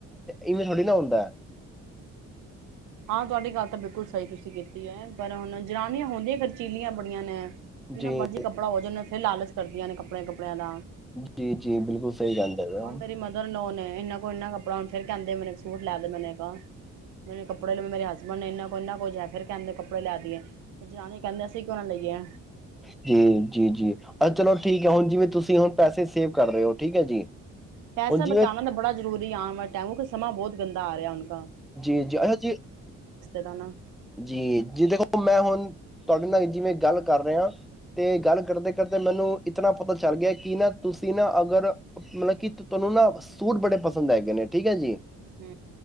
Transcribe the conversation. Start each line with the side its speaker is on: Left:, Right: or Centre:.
Centre: ਇਵੇਂ ਥੋੜੀ ਨਾ ਹੁੰਦਾ
Right: ਹਾਂ ਤੁਹਾਡੀ ਗੱਲ ਤਾਂ ਬਿਲਕੁਲ ਸਹੀ ਤੁਸੀਂ ਕੀਤੀ ਕੀ ਐ ਪਰ ਹੁਣ ਜਨਾਨੀਆਂ ਹੁੰਦੀਆਂ ਖਰਚੀਲੀਆਂ ਬੜੀਆਂ ਨੇ
Centre: ਜੀ,
Right: ਜਿਨਾ ਮਰਜ਼ੀ ਕੱਪੜਾ ਹੋ ਜਨ ਇੱਥੇ ਲਾਲਚ ਕਰਦਿਆਂ ਨੇ ਕੱਪੜੇ -ਕੱਪੜੇ ਕੱਪੜਿਆਂ ਦਾ
Centre: ਜੀ, ਜੀ ਬਿਲਕੁਲ ਸਹੀ ਕਹਿੰਦੇ ਪਏ ਹੋ।
Right: ਹੁਣ ਮੇਰੀ ਮਦਰ ਇਨ ਲਾਅ ਨੇ ਇਹਨਾਂ ਕੋਲ ਇਨਾਂ ਕੱਪੜੇ ਥੋੜਾ ਹੁਣ ਫਿਰ ਕਹਿੰਦੇ ਮੈਨੂੰ ਇਕ ਸੂਟ ਲੈ ਦੇ ਮੈਨੇ ਕੋ ਮੈਨੂੰ ਇਕ ਕੱਪੜੇ ਲ ਮੇਰੇ ਹਸਬੈਂਡ ਇੰਨਾਂ ਕੋ ਇੰਨਾ ਕੁਝ ਹੈ ਫਿਰ ਕਹਿੰਦੇ ਕੱਪੜੇ ਲਿਆ ਦੀਏ ਜਨਾਨੀ ਕਹਿੰਦੇ ਅਸੀਂ ਕਿਉਂ ਨਾ ਲਈਏ
Centre: ਜੀ ਜੀ ਜੀ ਅ ਚਲੋ ਠੀਕ ਹੈ ਹੁਣ ਜਿਵੇਂ ਤੁਸੀਂ ਹੁਣ ਪੈਸੇ ਸੇਵ ਕਰ ਰਹੇ ਹੋ ਠੀਕ ਹੈ ਜੀ
Right: ਪੈਸਾ
Centre: ਹੁਣ ਜਿਵੇਂ
Right: ਬਚਾਉਣਾ ਤਾਂ ਬੜਾ ਜ਼ਰੁਰੀ ਆਉਣ ਵਾਲੇ ਟਾਈਮ ਸਮਾਂ ਬਹੁਤ ਗੰਦਾ ਆ ਰਿਹਾੁ ਹੁਣ
Centre: ਜੀ ਜੀ ਅੱਛਾ ਜੀ
Right: ਤਾਂ ਨਾ
Centre: ਜੀ ਜੀ ਦੇਖੋ ਮੈਂ ਹੁਣ ਤੁਹਾਡੇ ਨਾਲ ਜਿਵੇਂ ਗੱਲ ਕਰ ਰਹੇਹਾ ਤੇ ਗੱਲ ਕਰਦੇ ਕਰਦੇ ਮੈਨੂੰ ਇਤਨਾ ਪਤਾ ਚੱਲ ਗਿਆ ਕਿ ਨਾ ਤੁਸੀਂ ਨਾ ਅਗਰ ਮਤਲਬ ਤੁਹਾਨੂੰ ਨਾ ਸੂਟ ਬੜੇ ਪਸੰਦ ਹੈਗੇ ਨੇ ਠੀਕ ਹੈ ਜੀ
Right: ਹੂ